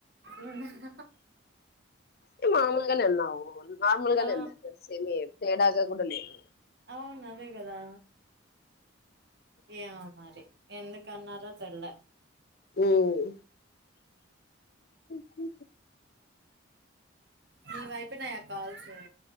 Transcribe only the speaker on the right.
ఉమ్.
ఆ
అవును అదే కదా ఏమో మరి ఎందుక అన్నారో తెలియ
నీ వైపోయినాయ కాల్స్